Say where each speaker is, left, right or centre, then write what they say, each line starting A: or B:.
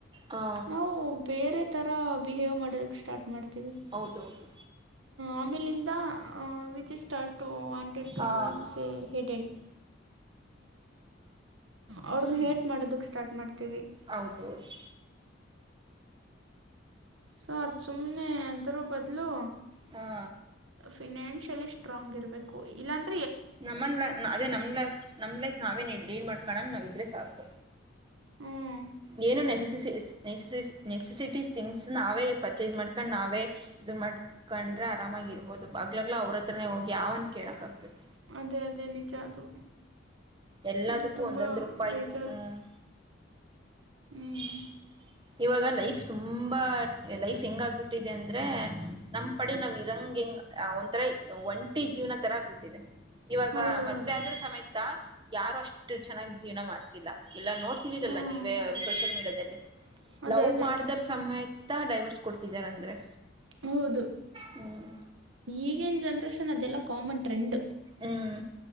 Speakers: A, on the right; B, on the right.
A: ಹಾ
B: ನಾವು ಬೇರೆ. ತರಾ ಬಿಹೇವ್ ಮಾಡೋಕ್ಕೆ ಸ್ಟಾರ್ಟ್ ಮಾಡ್ತೀವಿ.
A: ಹೌದೌದು.
B: ಆಮೇಲಿಂದ ವಿಚ್ ಸ್ಟಾರ್ಟ್ ವಾಂಟೆಡ್
A: ಹಾ
B: ಟು ಸೇ ಹೇಟ್ಡ್ದ್. ಅವ್ರನ್ನ ಹೇಟ್ ಮಾಡೋದಕ್ ಸ್ಟಾರ್ಟ್ ಮಾಡ್ತೀವಿ.
A: ಹೌದೌದು.
B: ಸೊ ಅದ ಸುಮ್ಮನೆ ಅಂದರ ಬದಲೋ.
A: ಹಾ.
B: ಫಿನಾನ್ಷಿಯಲಿ ಸ್ಟ್ರಾಂಗ್ ಇರಬೇಕು ಇಲ್ಲಾಂದ್ರ
A: ನಮ್ಮನ್ ಅದ ನಮ್ಮ ಲೈಫ್ ನಮ್ ಲೈಫ್ ನಾವೇ ಲೀಡ್ ಮಾಡ್ಕೋಂಗ ನಾವ ಇದ್ರೆ ಸಾಕು.
B: ಹ್ಮ್.
A: ಏನು ನೆಸಸ ನೆಸಸ ನೆಸಸಿಟಿ ಥಿಂಗ್ಸ್ ನಾವೇ ಪರ್ಚೇಸ್ ಮಾಡ್ಕೊಂಡ್ ನಾವೇ ಇದ ಮಾಡ್ಕೊಂಡ್ರೆ ಆರಾಮಾಗಿರ್ಬಹದು ಹಗ್ಗಲ್ಲಾ ಅವ್ರ ಹತ್ರನೆ ಹೋಗಿ ಅವಾವನ್ ಕೇಳಕ್ ಆಗ್ತತಿ.
B: ಅದೇ ಅದೇ ನಿಜ ಅದು
A: ಎಲ್ಲದಕ್ಕೂ
B: ಅದು ತುಂಬ
A: ಒಂದೊಂದ್ ರೂಪಾಯಿಗೂ
B: ಬೇಜಾರು.
A: ಹ್ಮ್
B: ಹ್ಞೂ
A: <inaudible> ಇವಾಗ ಲೈಫ್ ತುಂಬಾ ಲೈಫ್ ಹೆಂಗ ಆಗ್ಬಿಟ್ಟಿದೆ ಅಂದ್ರೆ ನಮ್ ಪಡೆ ನಾವ್ ಇರಂಗ ಹೆಂಗ ಆ ಒಂಥರ ಒಂಟಿ ಜೀವನ ತರ ಆಗ್ಬಿಟ್ಟಿದೆ ಇವಾಗ
B: ಹೌದು
A: ಮತ್ತೆ
B: ಹೌದು
A: ಆದ್ರ ಸಮೇತ ಯಾರು ಅಷ್ಟು ಚೆನ್ನಾಗಿ ಜೀವನ ಮಾಡ್ತಿಲ್ಲ ಎಲ್ಲಾ ನೋಡ್ತಿದ್ದೀರಲ್ಲ
B: ಹ್ಞೂ
A: ನೀವೇ ಸೋಷಿಯಲ್ ಮೀಡಿಯಾದಲ್ಲಿ
B: ಅದೇ
A: ಲವ್
B: ಅದೇ
A: ಮಾಡದರ ಸಮೇತ ಡೈವರ್ಸ್ ಕೊಟ್ಟಿದಾರ ಅಂದ್ರೆ
B: ಹೌದು
A: ಹ್ಮ್
B: ಈಗಿನ ಜನ್ರೇಷನ್ ಅದೆಲ್ಲ ಕಾಮನ್ ಟ್ರೆಂಡ್
A: ಹ್ಮ